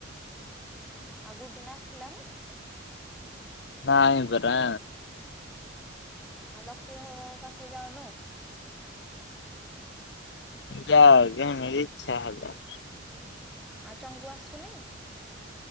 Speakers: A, in the centre; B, on the left.
A: ଉଁ ଆଉ ଗୋଟେ ନା ଆସିଥିଲାାନାଇ <unintelligible>
B: ନାଇଁ ପରା।
A: ଆଉ ଲକି ଘର ପାଖକୁ ଯାଉନୁ?
B: ଯାଅ ଜଣ <unintelligible> ଇ୍ଛା ହେଲା।
A: ଆଉ ଚଙ୍ଗୁ ଆସୁନି?